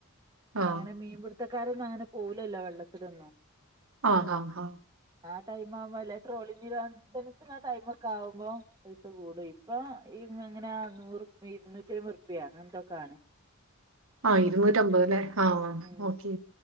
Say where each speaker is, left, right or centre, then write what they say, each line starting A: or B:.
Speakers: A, on the right; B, on the right.
A: പിന്നെങ്ങനെ
B: ആ
A: മീംപിട്ത്തക്കാരൊന്നും അങ്ങനെ പോവുലല്ലോ വള്ളത്തിലൊന്നും
B: ആഹ് ആഹ് ആഹ്
A: ആ ടൈം ആവുമ്പോ വല്ലേ ട്രോളി നിരോധന <unintelligible> ആ ടൈം ഒക്ക ആവുമ്പോ പൈസ കൂടും ഇപ്പൊ ഈ ഇങ്ങനെ ആ നൂറ് ഇരുന്നൂറ്റയ്‌മ്പതുർപ്പിയ അങ്ങന്തൊക്കൊണ്
B: ആ ഇരുന്നൂറ്റമ്പതല്ലേ ആഹ്
A: ഉം
B: ഓക്കെ